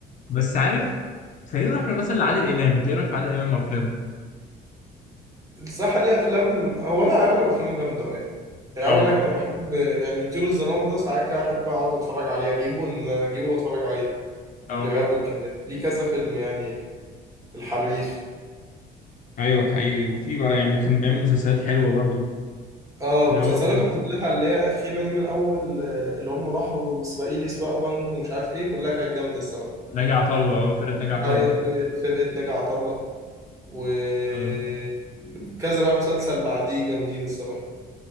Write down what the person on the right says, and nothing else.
الصح ليه افلام هو لا اغلب افلامه جامده قوي يعني يعني
اقول لك انا بحب يعني طيور الظلام ده ساعات كده احب اقعد اتفرج عليه اجيبه ان انا اجيبه واتفرج عليه
الإرهاب والكباب ليه كذا فيلم يعني الحريف
اه
مسلسلاته
كلها اللي هي الأخيرة دي من أول آه، اللي هم راحوا إسرائيل يسرقوا بنك ومش عارف إيه كلها كانت جامدة الصراحة
اه
يعني فرقة فرقة ناجي عطا الله وكذا
بقى مسلسل بعديه جامدين الصراحة